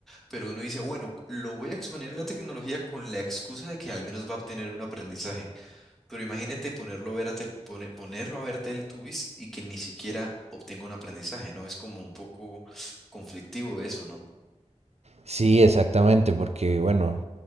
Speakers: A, in the centre; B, on the right (about 65°).
A: pero uno dice, bueno, lo voy a exponer a la tecnología con la excusa de que al menos va a obtener un aprendizaje. Pero imagínate ponerlo a ver a tel- pone- ponerlo a ver Teletubbies y que ni siquiera obtenga un aprendizaje, ¿no? Es como un poco conflictivo eso, ¿no?
B: Sí, exactamente, porque bueno,